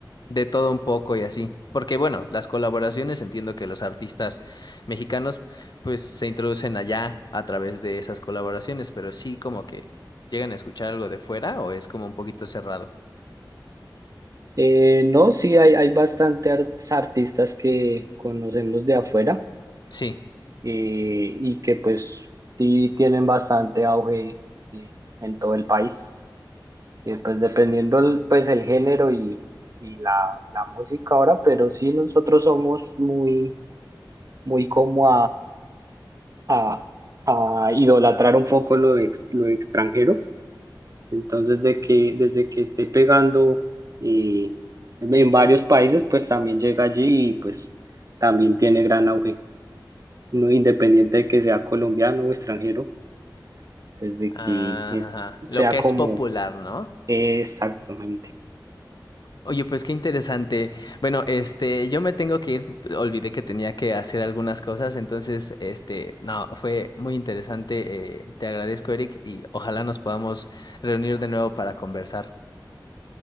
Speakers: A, on the left; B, on the right.
A: de todo un poco y así. Porque bueno, las colaboraciones entiendo que los artistas mexicanos pues se introducen allá a través de esas colaboraciones, pero sí como que llegan a escuchar algo de fuera o es como un poquito cerrado.
B: Eh, no, sí, hay, hay bastante ar- artistas que conocemos de afuera
A: Sí.
B: eh, y que pues sí tienen bastante auge eh, en todo el país, Eh, pues dependiendo el, pues el género y, y la, la música ahora, pero sí nosotros somos muy, muy como a, a idolatrar un poco lo, ex- lo extranjero. Entonces, de que, desde que esté pegando eh, en varios países, pues también llega allí y pues también tiene gran auge, no, independiente de que sea colombiano o extranjero, desde
A: Ajá,
B: que es,
A: lo
B: sea
A: que
B: como
A: es popular, ¿no?
B: exactamente.
A: Oye, pues qué interesante. Bueno, este, yo me tengo que ir, olvidé que tenía que hacer algunas cosas, entonces, este, no, fue muy interesante. eh, te agradezco, Eric, y ojalá nos podamos reunir de nuevo para conversar.